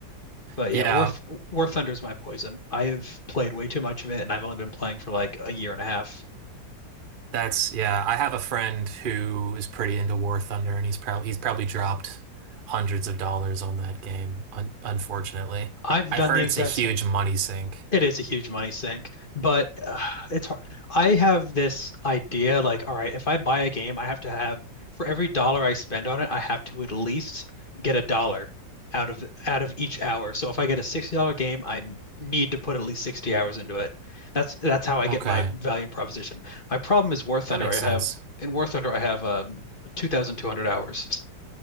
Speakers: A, on the left; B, on the right.
A: But
B: Yeah,
A: yeah, War Th- War Thunder is my poison. I have played way too much of it, and I've only been playing for like a year and a half.
B: that's yeah, I have a friend who is pretty into War Thunder and he's probably he's probably dropped hundreds of dollars on that game, un unfortunately.
A: I've
B: I've
A: done
B: heard
A: the exact
B: it's a huge
A: same.
B: money sink.
A: It is a huge money sink, but <sighs> uh, it's hard. I have this idea like, all right, if I buy a game, I have to have for every dollar I spend on it, I have to at least get a dollar out of out of each hour. So if I get a $60 game, I need to put at least 60 hours into it. That's that's how I
B: Okay,
A: get my value proposition. My problem is War Thunder.
B: that makes
A: I
B: sense.
A: have in War Thunder, I have um, 2,200 hours.